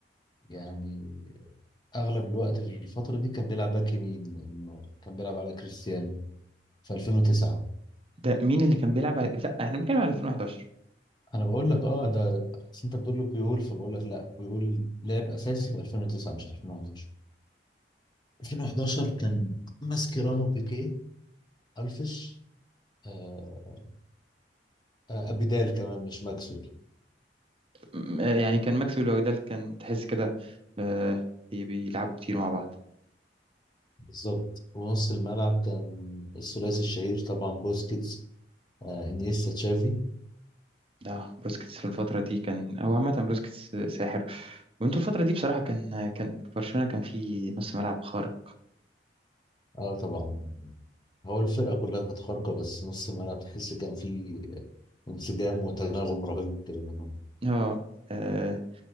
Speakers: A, on the left; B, on the right.
A: يعني اغلب الوقت في الفتره دي كان بيلعب باك يمين لانه كان بيلعب على كريستيانو في 2009
B: ده مين اللي كان بيلعب على لا احنا بنتكلم على 2011
A: انا بقول لك اه ده أصل انت بتقول له بيول فبقول لك لا بيول لعب اساسي في 2009 مش 2011 2011 كان ماسكيرانو بيكيه ألفش آه آه، أبيدال كمان مش ماكسول
B: م- آه، يعني كان ماكسويل وأودال كان تحس كده آه، بي- بيلعبوا كتير مع بعض
A: بالظبط ونص الملعب كان الثلاثي الشهير طبعا بوسكيتس آه إنيستا تشافي
B: ده بوسكيتس في الفترة دي كان هو عامة بوسكيتس ساحر وانتوا الفترة دي بصراحة كان كان برشلونة كان فيه نص ملعب خارق
A: اه طبعا هو الفرقة كلها كانت خارقة بس نص الملعب تحس كان فيه انسجام وتناغم رهيب كده منهم
B: اه آه،